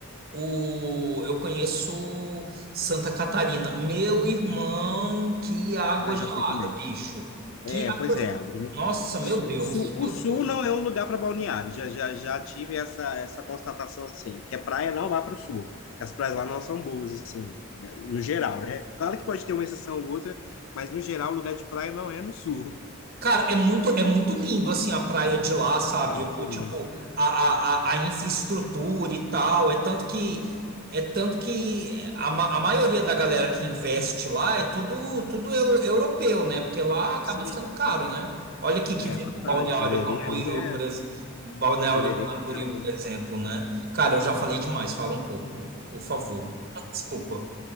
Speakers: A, on the right; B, on the left.
A: o, eu conheço Santa Catarina. Meu irmão, que água
B: Ah,
A: gelada,
B: já fui também.
A: bicho. Que
B: É,
A: água,
B: pois é. O
A: nossa, meu
B: Sul,
A: Deus,
B: o Sul- o
A: meu
B: Sul
A: Deus.
B: não é um lugar para balneário. Já, já, já tive essa, essa constatação assim, que a praia não vai para o Sul, que as praias lá não são boas assim, no geral, né? Claro que pode ter uma exceção ou outra, mas no geral o lugar de praia não é no Sul. <laughs>
A: Cara, é muito, é muito lindo assim a praia de lá, sabe?
B: Não, sim,
A: Ou tipo
B: mas
A: a, a, a a infraestrutura e tal. É tanto que é tanto que a, ma- a maioria da galera que investe lá é tudo tudo eu- europeu, né? Porque lá
B: tem
A: acaba
B: assim,
A: sendo caro, né? Olha aqui que
B: é
A: vem
B: bastante.
A: o Balneário
B: Jurerê
A: Camboriú,
B: ali é
A: por exemplo, Balneário
B: Jurerê
A: Camboriú,
B: é Carese.
A: por exemplo, né? Cara, eu já falei demais, fala um pouco, por favor. <laughs> Desculpa.